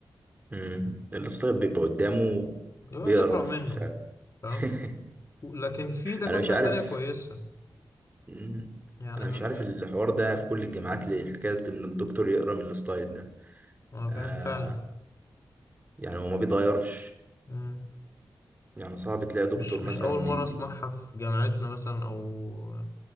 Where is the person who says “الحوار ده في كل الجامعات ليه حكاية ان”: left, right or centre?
Right